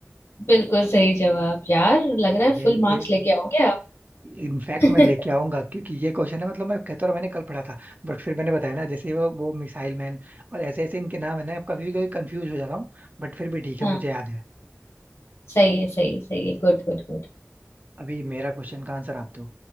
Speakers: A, on the left (about 65°); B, on the right (about 40°).
A: बिल्कुल सही जवाब यार लग रहा है
B: ये
A: फुल मार्क्स लेके आओगे आप
B: इनफैक्ट
A: <laughs>
B: मैं लेके आऊंगा क्योंकि ये क्वेश्चन है मतलब मैं कहता हूँ मैंने कल पढ़ा था बट फिर मैंने बताया ना जैसे वो वो मिसाइल मैन और ऐसे ऐसे इनके नाम है ना कभी कभी कंफ्यूज हो जाता हूँ बट फिर भी ठीक है
A: हाँ
B: मुझे याद है
A: सही है सही है सही है गुड गुड गुड
B: अभी मेरा क्वेश्चन का आंसर आप दो